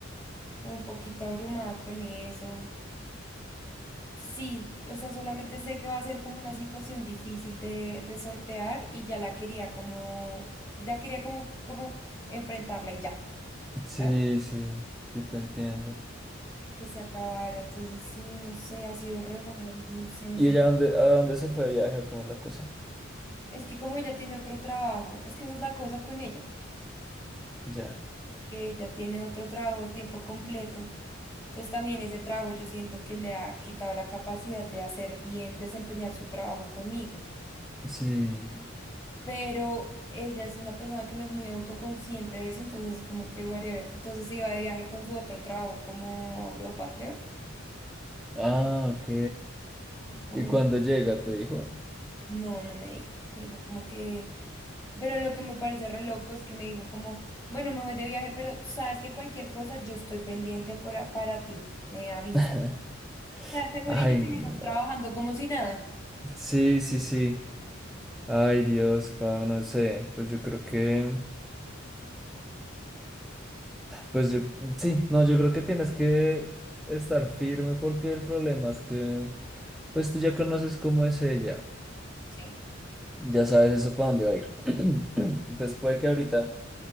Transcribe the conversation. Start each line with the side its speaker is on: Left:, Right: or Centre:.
Left: como un poquito abrumada con eso. Sí, o sea, solamente sé que va a ser como una situación difícil de, de sortear y ya la quería como, ya quería como, como enfrentarla y ya,
Centre: sí,
Left: ¿sabes?
Centre: sí, sí, te entiendo.
Left: Que se acabara. Entonces, sí, no sé, ha sido re raro, no sé, me
Centre: ¿Y
Left: siento.
Centre: ella dónde, a dónde se fue de viaje o cómo es la cosa?
Left: Es que como ella tiene otro trabajo, es que esa es la cosa con ella,
Centre: Ya.
Left: que ella tiene otro trabajo de tiempo completo. Entonces también ese trabajo yo siento que le ha quitado la capacidad de hacer bien, desempeñar su trabajo conmigo.
Centre: Sí.
Left: pero ella es una persona que no es muy autoconsciente de eso, entonces como que whatever. Entonces se iba de viaje con su otro trabajo como a Europa, creo,
Centre: Ah, ok.
Left: y como,
Centre: ¿Y cuándo llega, te dijo?
Left: no, no me dijo, me dijo como que, pero lo que me parece re loco es que me dijo como, bueno, me voy de viaje, pero sabes que cualquier cosa yo estoy pendiente para, para ti, me avisa.
Centre: <laughs>
Left: O sea, según
Centre: Ay,
Left: ella seguimos
Centre: no.
Left: trabajando como si nada.
Centre: Sí, sí, sí. Ay, Dios, pa, no sé. Pues yo creo que. Pues yo. Sí, no, yo creo que tienes que estar firme porque el problema es que. Pues tú ya conoces cómo es ella.
Left: Sí.
Centre: Ya sabes eso para dónde va a ir. <clears throat> Entonces puede que ahorita